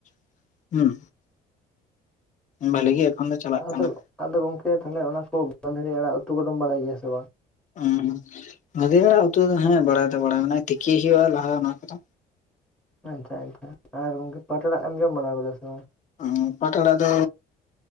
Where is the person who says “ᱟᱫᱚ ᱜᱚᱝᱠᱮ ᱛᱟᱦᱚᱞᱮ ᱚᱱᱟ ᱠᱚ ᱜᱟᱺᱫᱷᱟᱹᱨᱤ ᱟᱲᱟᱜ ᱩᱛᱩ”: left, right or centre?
Centre